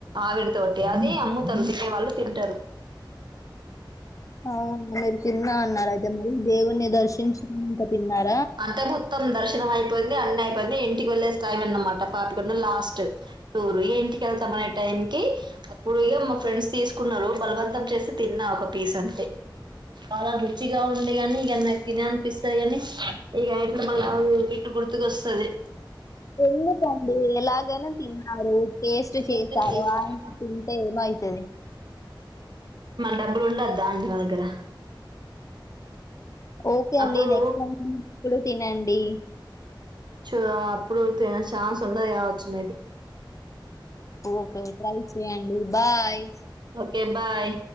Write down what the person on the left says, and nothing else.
అవును లేద్ తిన్నా అన్నారు అయితే మళ్ళీ దేవుని దర్శించుకుని ఇంక తిన్నారు
ఎందుకండి ఎలాగైనా తిన్నారు, టేస్ట్
చేశరు
ఆయింత తింటే ఏమవుతు సరే
ఓకే అండి
నెక్స్ట్ టైమ్ ఇప్పుడు తినండి
ఓకే ట్రై చెయండి బాయ్